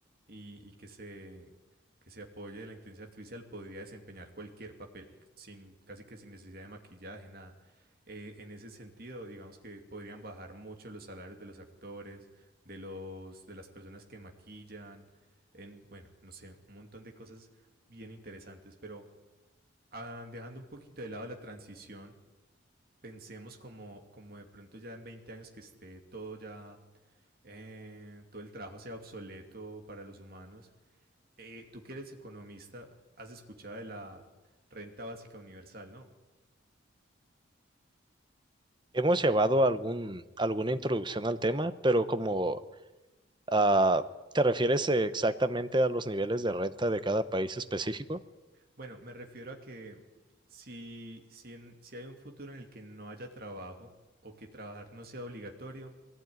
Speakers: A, on the right (about 50°); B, on the right (about 25°).
A: y, y que se, que se apoye de la inteligencia artificial podría desempeñar cualquier papel, sin, casi que sin necesidad de maquillaje, nada. Eh, en ese sentido, digamos que podrían bajar mucho los salarios de los actores, de los, de las personas que maquillan en, bueno, no sé, un montón de cosas bien interesantes, pero ah, dejando un poquito de lado la transición, pensemos como, como de pronto ya en 20 años que esté todo ya, eh, todo el trabajo sea obsoleto para los humanos. Eh, tú que eres economista, has escuchado de la renta básica universal, ¿no?
B: Hemos llevado algún, alguna introducción al tema, pero como Ah, ¿te refieres eh, exactamente a los niveles de renta de cada país específico?
A: Bueno, me refiero a que si, si, en- si hay un futuro en el que no haya trabajo o que trabajar no sea obligatorio,